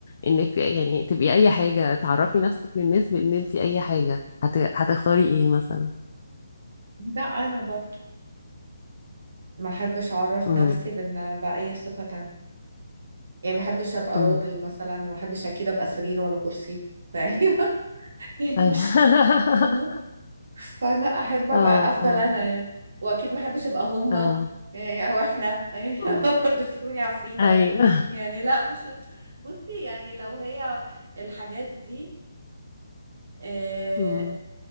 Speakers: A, on the left; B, on the right.
A: انك يعني تبقي اي حاجة تعرفي نفسك للناس بان انت اي حاجة هت... هتختاري ايه مثلا
B: لا انا برضه ما احبش اعرف
A: امم
B: نفسي بان باي صفه تانية يعني ما احبش ابقى
A: امم
B: راجل مثلا ما احبش اكيد ابقى سرير ولا كرسي فاهمة <laughs> يعني
A: ايوه
B: مش
A: <laughs>
B: فاهمة فلا احب ابقى
A: اه
B: افضل
A: اه
B: انا يعني واكيد ما احبش ابقى هما
A: اه
B: يعني او احنا يعني
A: أمم.
B: <laughs> برضه افتكروني عفريتة
A: ايوه
B: يعني لا مش بصي يعني لو هي الحاجات دي آه،
A: <laughs> امم